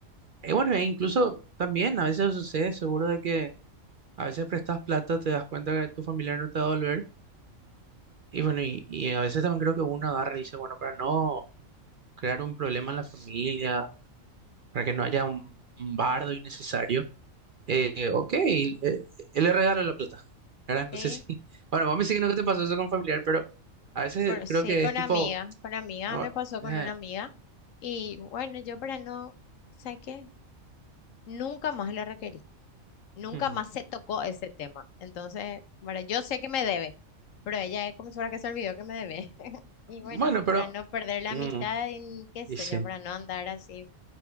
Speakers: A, on the right; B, on the left.
A: Eh, bueno, e incluso también a veces sucede, seguro de que a veces prestas plata, te das cuenta que tu familiar no te va a devolver. Y bueno, y, y a veces también creo que uno agarra y dice, bueno, para no crear un problema en la familia, para que no haya un un bardo innecesario Eh, ok, eh, le regalo la plata, ¿verdad? No
B: Sí,
A: sé si... <laughs> Bueno, vos me dices que nunca te pasó eso con familiar, pero a veces
B: pero
A: creo
B: sí,
A: que
B: con
A: es tipo...
B: amigas, con amigas,
A: no,
B: me pasó con
A: eh,
B: una amiga. Y bueno, yo para no, ¿sabes qué? Nunca más la requerí. Nunca
A: mm,
B: más se tocó ese tema. Entonces, bueno, yo sé que me debe, pero ella es como si fuera que se olvidó que me debe. <laughs> Y bueno,
A: bueno,
B: y
A: pero...
B: para no perder la
A: mm,
B: amistad, y qué sé
A: y sí.
B: yo, para no andar así,